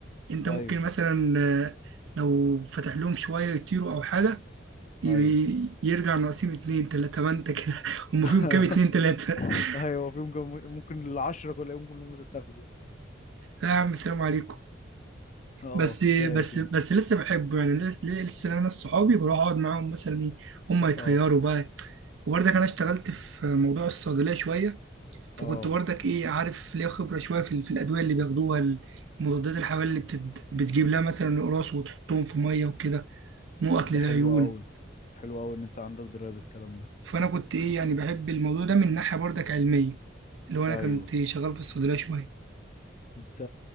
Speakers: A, on the right (about 80°); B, on the left (about 40°).
A: انت
B: ايوه
A: ممكن مثلا آه، لو فتح لهم شوية يطيروا أو حاجة ي-
B: ايوه
A: يرجع ناقصين اتنين تلاتة ما انت كده <laughs> هم
B: <laughs>
A: فيهم كام اتنين تلاتة <laughs>
B: ايوه في ممكن ممكن العشرة كلهم كلهم تاخده
A: لا يا عم سلام عليكم
B: اه
A: بس بس
B: كفاية كده
A: بس لسه بحبه يعني لس- لسه انا ناس صحابي بروح اقعد معاهم مثلا ايه هم يطيروا
B: اه
A: بقى وبرضه انا اشتغلت في موضوع الصيدلية شوية فكنت
B: اه
A: برضك ايه عارف ليا خبره شويه في, في الادويه اللي بياخدوها المضادات الحيويه اللي بتد... بتجيب لها مثلا قراص وتحطهم في ميه وكده نقط
B: طب ده
A: للعيون
B: حلو قوي حلو قوي ان انت عندك دراية بالكلام ده
A: فانا كنت ايه يعني بحب الموضوع ده من ناحيه برضك علميه اللي هو انا
B: ايوه
A: كنت شغال في الصيدليه شويه
B: انت